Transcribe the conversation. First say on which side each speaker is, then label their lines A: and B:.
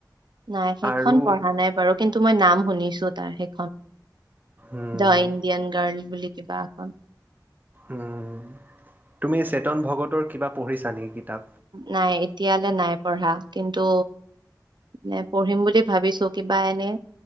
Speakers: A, on the right; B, on the right.
A: নাই সেইখন
B: আৰু
A: পঢ়া নাই বাৰু কিন্তু মই নাম শুনিছো তাৰ সেই
B: উম
A: দা ইণ্ডিয়ান গাৰ্ল বুলি কিবা এখন।
B: উম, তুমি চেতন ভগতৰ কিবা পঢ়িছা নেকি? কিতাপ?
A: নাই এতিয়ালৈ নাই পঢ়া কিন্তু। নে পঢ়িম বুলি ভাবিছো কিবা এনে